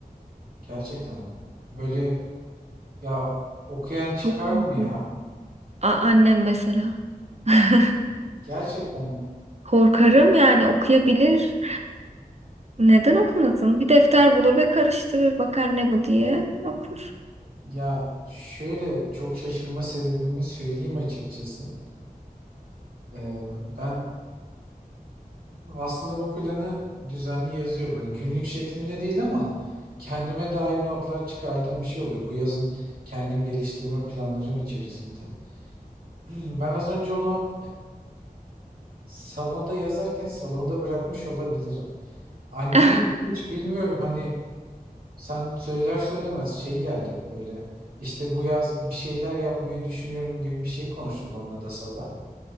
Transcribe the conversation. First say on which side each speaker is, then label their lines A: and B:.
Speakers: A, on the right (about 75°); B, on the right (about 45°).
A: gerçekten mi? Böyle ya okuyan çıkar
B: Çok korkuyorum.
A: mı ya?
B: A- annem mesela. <laughs>
A: Gerçekten mi?
B: Korkarım yani okuyabilir. Neden okumasın? Bir defter bulur ve karıştırır bakar ne bu diye okur.
A: Ya şöyle çok şaşırma sebebimi söyleyeyim açıkçası. Ee, ben Aslında bu planı düzenli yazıyorum. Hani günlük şeklinde değil ama kendime dair notlar çıkardığım bir şey oluyor. Bu yazın kendimi geliştirme planlarım içerisinde. <clears throat> Ben az önce onu salonda yazarken salonda bırakmış olabilirim. Annemin
B: <laughs>
A: hiç bilmiyorum hani sen söyler söylemez şey geldi böyle. İşte bu yaz bir şeyler yapmayı düşünüyorum gibi bir şey konuştuk onunla da sabah.